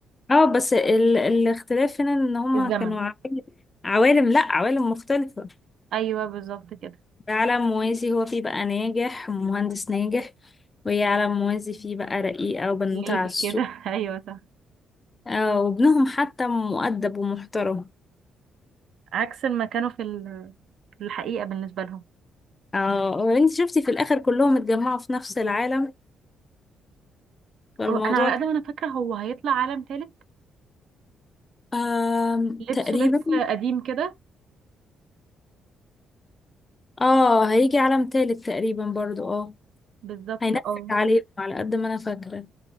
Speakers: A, on the left; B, on the right.
A: اه بس ال... الاختلاف هنا ان هما
B: الزمن
A: كانوا عوالم عوالم لا عوالم مختلفة
B: ايوه بالظبط كده
A: ده عالم موازي هو فيه بقى ناجح مهندس ناجح وهي عالم موازي فيه بقى رقيقة وبنوتة
B: ليدي
A: على السوق
B: كده <laughs> ايوه صح
A: آه وابنهم حتى مؤدب ومحترم
B: عكس ما كانوا في ال- في الحقيقه بالنسبه لهم
A: اه وانت شفتي في الاخر كلهم اتجمعوا في نفس العالم فالموضوع
B: هو انا على قد ما انا فاكره هو هيطلع عالم ثالث
A: آه
B: لبسه
A: تقريبا
B: لبس قديم كده
A: اه هيجي عالم تالت تقريبا برضو اه
B: بالظبط
A: هينفذ
B: اه
A: عليهم على قد ما انا فاكرة